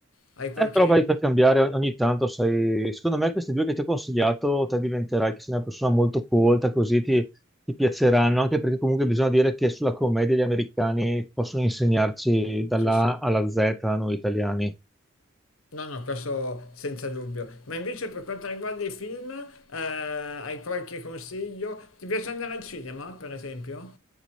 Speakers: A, on the left; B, in the centre.
A: Hai qualche...
B: Eh, però vai per cambiare ogni tanto, sai, secondo me questi due che ti ho consigliato, te diventerai che sei una persona molto colta, così ti, ti piaceranno, anche perché comunque bisogna dire che sulla commedia gli americani possono insegnarci dalla
A: Sì, sì.
B: A alla Z a noi italiani.
A: No, no, questo senza dubbio. Ma invece per quanto riguarda i film, eh, hai qualche consiglio? Ti piace andare al cinema, per esempio?